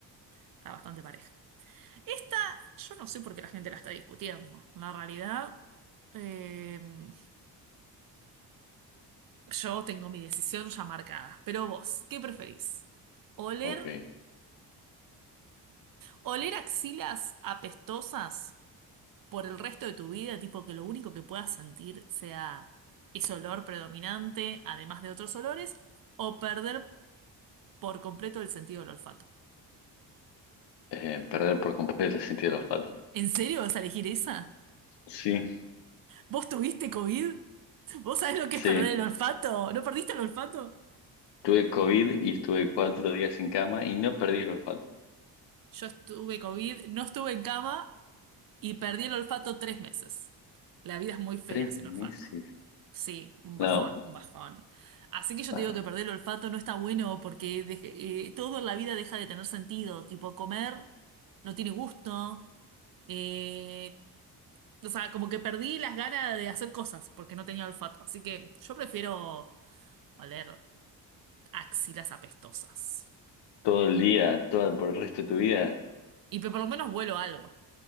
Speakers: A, on the right; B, on the left.
A: está bastante parejo. Esta, yo no sé por qué la gente la está discutiendo. La realidad, eh, yo tengo mi decisión ya marcada. Pero vos, ¿qué preferís? ¿Oler,
B: Ok.
A: oler axilas apestosas por el resto de tu vida, tipo que lo único que puedas sentir sea ese olor predominante, además de otros olores, o perder por completo el sentido del olfato?
B: Eh, perder por completo el sentido del olfato.
A: ¿En serio vas a elegir esa?
B: Sí,
A: ¿Vos tuviste COVID? ¿Vos sabés lo que
B: sí.
A: es perder el olfato? ¿No perdiste el olfato?
B: Tuve COVID y estuve cuatro días en cama y no perdí el olfato.
A: Yo estuve COVID, no estuve en cama y perdí el olfato tres meses. La vida es muy fea
B: Tres
A: sin
B: meses.
A: olfato. Sí, un bajón,
B: No,
A: un bajón. Así que yo
B: ah,
A: te digo que perder el olfato no está bueno porque deje- eh, todo en la vida deja de tener sentido. Tipo, comer no tiene gusto. Eh, o sea, como que perdí las ganas de hacer cosas porque no tenía olfato. Así que yo prefiero oler axilas apestosas.
B: todo el día, todo por el resto de tu vida.
A: Y pe- por lo menos vuelo algo.